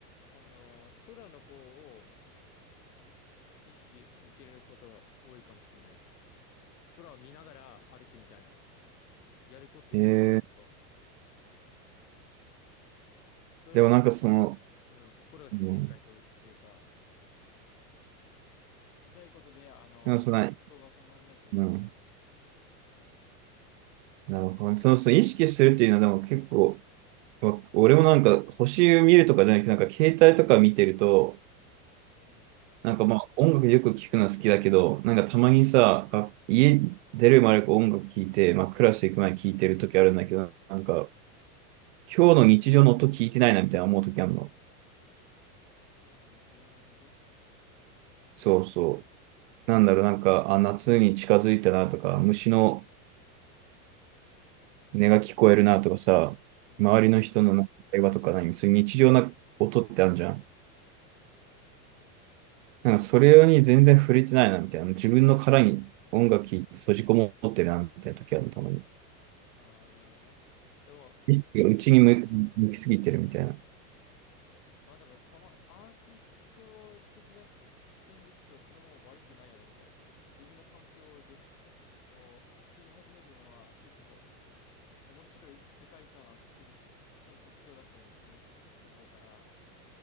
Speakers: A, on the left; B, on the right.
A: あのー空の方を意識向けることが多いかもしれない。空を見ながら歩くみたいな。やることいるじゃん、
B: えー、
A: 結構。それだけなんか、
B: でもなんかその、
A: うん、心が自然界に飛ぶっていうか、
B: うん、
A: ちっちゃいことで、あの、
B: でもその、
A: 思考が止まんないってことだよね。
B: うん、なるほど。その、その意識するっていうのはでも結構、わ俺もなんか星を見るとかじゃなくて、なんか携帯とか見てると、
A: うん。
B: なんかまあ音楽よく聞くのは好きだけど、なんかたまにさ、が家出る前と音楽聞いて、まあクラス行く前に聞いてる時あるんだけど、なんか今日の日常の音聞いてないなみたいな思う時あるの。
A: 今日の日常の音
B: そうそう。なんだろう、なんか、あ、夏に近づいたなとか、虫の音が聞こえるなとかさ、
A: うん。
B: 周りの人の会話とか何、そういう日常な音ってあるじゃん。
A: あるね。
B: なんかそれに全然触れてないな、みたいな。自分の殻に音楽聴いて閉じこもってるな、みたいな時あるたまに。
A: ああ、なるほどね。でも、
B: 意識が内に向向きすぎてるみたいな。
A: まあでも、たま、アーティスト的な人視点でいくと、それも悪くないよね、みたいな。自分の環境で、を作り始めてるのは結構面白い世界観を作る人の特徴だったりもすると思うから、